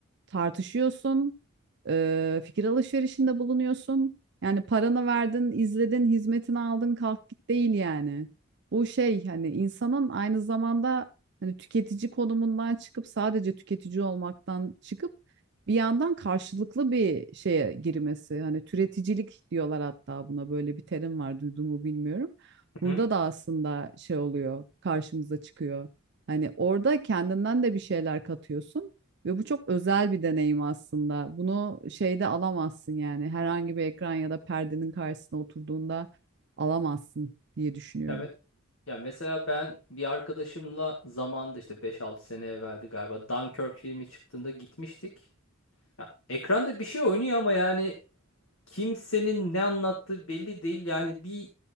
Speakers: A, on the right (about 55°); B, on the left (about 80°).
A: tartışıyorsun, eee, fikir alışverişinde bulunuyorsun. Yani paranı verdin, izledin, hizmetini aldın, kalk git değil yani. Bu şey hani insanın aynı zamanda hani tüketici konumundan çıkıp sadece tüketici olmaktan çıkıp bir yandan karşılıklı bir şeye girmesi. Hani türeticilik diyorlar hatta buna böyle bir terim var duydun mu bilmiyorum. Burada
B: Hı?
A: da aslında şey oluyor, karşımıza çıkıyor. Hani orada kendinden de bir şeyler katıyorsun ve bu çok özel bir deneyim aslında. Bunu şeyde alamazsın yani herhangi bir ekran ya da perdenin karşısına oturduğunda alamazsın diye düşünüyorum.
B: Ya, me- ya mesela ben bir arkadaşımla zamanda işte beş altı sene evveldi galiba Dunkirk filmi çıktığında gitmiştik. Ya, ekranda bir şey oynuyor ama yani kimsenin ne anlattığı belli değil. Yani bir